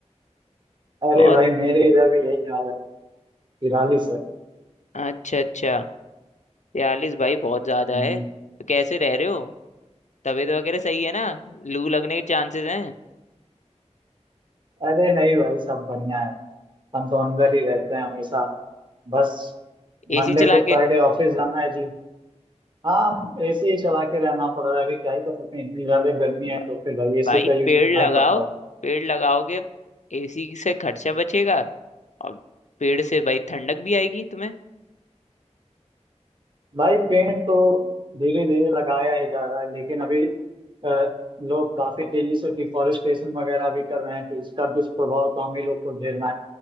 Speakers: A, on the right; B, on the left.
A: अरे
B: बहुत
A: भाई मेरे इधर भी यही हाल है तिरालिस है
B: अच्छा अच्छा बयालीस भाई बहुत ज्यादा
A: हम्म।
B: है तो कैसे रह रहे हो तबीयत वगैरह सही है ना लू लगने के चांसेस हैं
A: अरे नहीं भाई सब बढ़िया है हम तो अंदर ही रहते हैं हमेशा बस मंडे
B: एसी चला
A: टू फ्राइडे
B: के
A: ऑफिस जाना है जी हाँ एसी ही चला के रहना पड़ रहा है अभी क्या ही कर सकते हैं इतनी ज्यादा गर्मी
B: ब-
A: है तो फिर भाई एसी
B: भाई
A: का यूज
B: पेड़
A: करना ही
B: लगाओ
A: पड़ता है
B: पेड़ लगाओगे एसी से खर्चा बचेगा और पेड़ से भाई ठंडक भी आएगी तुम्हें
A: भाई पेड़ तो धीरे धीरे लगाया ही जा रहा है लेकिन अभी अ, लोग काफी तेजी से डिफॉरेस्टेशन वगैरह भी कर रहे हैं तो इसका दुष्प्रभाव तो हम ही लोग को झेलना है